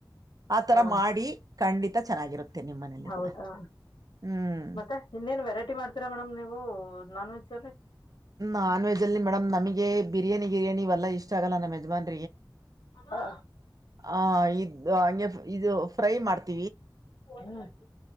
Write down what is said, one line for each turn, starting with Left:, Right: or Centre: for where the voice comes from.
Right: ಆತರ
Left: ಹಾ
Right: ಮಾಡಿ ಖಂಡಿತ ಚೆನ್ನಾಗಿರುತ್ತೆ ನಿಮ್ಮನೇೆಯಲ್ಲಿ
Left: ಹೌದಾ
Right: ಕೂಡ ಹ್ಮ್
Left: ಮತ್ತೆ ಇನ್ನೇನ್ ವೆರೈಟಿ ಮಾಡ್ತೀರಾ ಮೇಡಮ್ ನೀವು ನಾನ್ ವೆಜ್ ಅಲ್ಲಿ
Right: ನಾನ್ ವೆಜ್ ಅಲ್ಲಿ ಮೇಡಮ್ ನಮಗೆ ಬಿರಿಯಿ ಗಿರಿಯಾನ ಇವಲ್ಲ ಇಷ್ಟ ಆಗಲ್ಲ ನಮ್ಮ ಯಜಮಾನ್
Left: ಹಾ
Right: ಹ ಇದು ಹಂಗೆ ಇದು ಫ್ರೈ ಮಾಡ್ತ
Left: ಹ್ಮ್